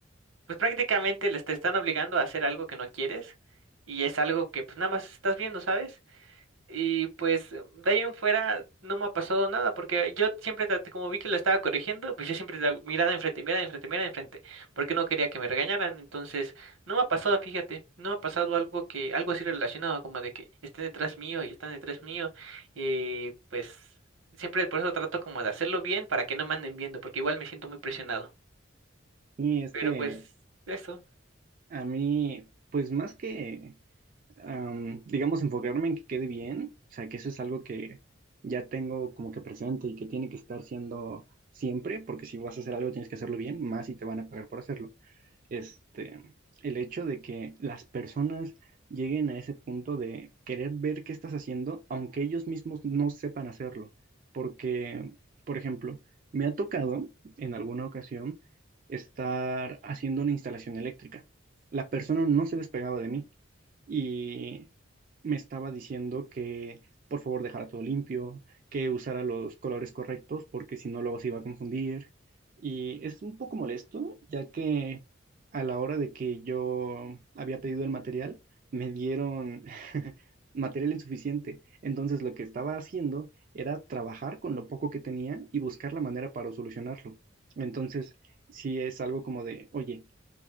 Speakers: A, on the right; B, on the right.
A: Pues prácticamente les te están obligando a hacer algo que no quieres y es algo que pues nada más estás viendo, ¿sabes? Y pues de ahí en fuera no me ha pasado nada porque yo siempre traté, como vi que lo estaba corrigiendo, pues yo siempre tra- mirada enfrente, mirada enfrente, mirada enfrente, porque no quería que me regañaran, entonces no me ha pasado, fíjate, no me ha pasado algo que, algo así relacionado como de que estén detrás mío y están detrás mío y pues siempre por eso trato como de hacerlo bien para que no me anden viendo porque igual me siento muy presionado,
B: Y es
A: pero
B: que
A: pues eso.
B: a mí, pues más que, am, digamos, enfocarme en que quede bien, o sea, que eso es algo que ya tengo como que presente y que tiene que estar siendo siempre, porque si vas a hacer algo tienes que hacerlo bien, más si te van a pagar por hacerlo. este, el hecho de que las personas lleguen a ese punto de querer ver qué estás haciendo, aunque ellos mismos no sepan hacerlo. Porque, por ejemplo, me ha tocado en alguna ocasión estar haciendo una instalación eléctrica. La persona no se despegaba de mí y me estaba diciendo que por favor dejara todo limpio, que usara los colores correctos porque si no luego se iba a confundir. Y es un poco molesto, ya que a la hora de que yo había pedido el material, me dieron <laughs> material insuficiente. Entonces lo que estaba haciendo era trabajar con lo poco que tenía y buscar la manera para solucionarlo. Entonces, si es algo como de, oye,